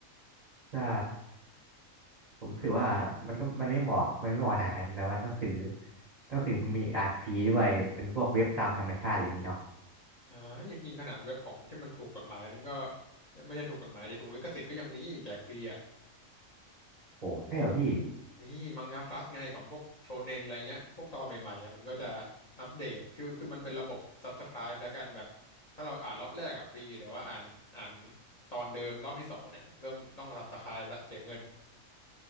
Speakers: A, on the right; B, on the left.
A: ใช่ ผมรู้สึกว่ามันก็มันไม่เหมาะมันไม่เหมาะขนาดนั้นแต่ว่าหนังสือหนังสือมันมีอ่านฟรีด้วยเป็นพวกเว็บตามธรรมชาติอะไรอย่างนี้เนาะ
B: อ่าจริงๆ ขนาดเว็บของที่มันถูกกฎหมายมันก็ไม่ใช่ถูกกฎหมายดิถูกลิขสิทธิ์ก็ยังมีแจกฟรีอ่ะ
A: โอ้ใช่เหรอพี่
B: มีมังงะพลัสไงของพวกโชเน็นอะไรเงี้ย พวกตอนใหม่ๆอ่ะมันก็จะอัปเดต คือคือมันเป็นระบบ Subscribe แล้วกันแบบถ้าเราอ่านรอบแรกอ่ะฟรีแต่ว่าอ่านอ่านตอนเดิมรอบที่สองเนี่ยเริ่มต้อง Subscribe แล้วเสียเงิน